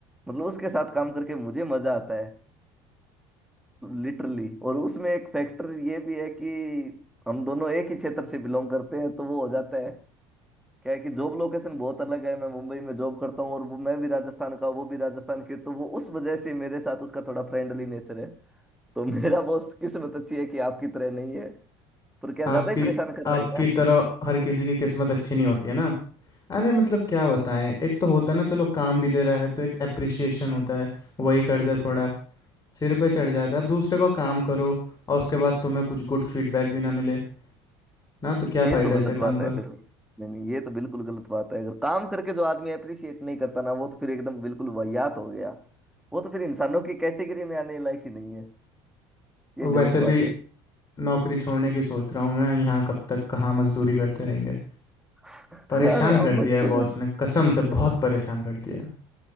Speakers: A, in the centre; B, on the left (about 30°).
A: मतलब उसके साथ काम करके मुझे मजा आता है लिटरली और उसमें एक फैक्टर ये भी है कि हम दोनों एक ही क्षेत्र से बिलोंग करते हैं तो वो हो जाता है क्या है कि जॉब लोकेशन बहुत अलग है मैं मुंबई में जॉब करता हूँ और वो मैं भी राजस्थान का वो भी राजस्थान के तो वो उस वजह से मेरे साथ उसका थोड़ा फ्रेंडली नेचर है तो मेरा बॉस किस्मत अच्छी है कि आपकी तरह नहीं है पर क्या
B: आपकी
A: ज्यादा ही परेशान कर रहा
B: आपकी
A: है क्या
B: तरह हर किसी की किस्मत अच्छी नहीं होती है ना अरे मतलब क्या बताएं एक तो होता है ना चलो काम भी दे रहा है तो एक अप्रिसिएशन होता है वही कर दे थोड़ा सिर पे चढ़ जाता है अब दूसरे को काम करो और उसके बाद तुम्हें कुछ गुड फीडबैक भी ना मिले ना तो क्या फ़ायदा
A: ये तो गलत
B: ऐसे काम
A: बात है
B: का
A: फिर नहीं नहीं ये तो बिल्कुल गलत बात है अगर काम करके जो आदमी अप्रिशिएट नहीं करता ना वो तो फिर एकदम बिल्कुल वाहियात हो गया वो तो फिर इंसानों की कैटेगरी में आने लायक ही नहीं है ये
B: और वैसे
A: गलत बात
B: भी
A: है
B: नौकरी छोड़ने की सोच रहा हूँ मैं यहाँ कब तक कहाँ मजदूरी करते रहेंगे
A: <laughs>
B: परेशान
A: अरे हम
B: कर
A: मत
B: दिया है
A: करो।
B: बॉस ने कसम से बहुत परेशान कर दिया है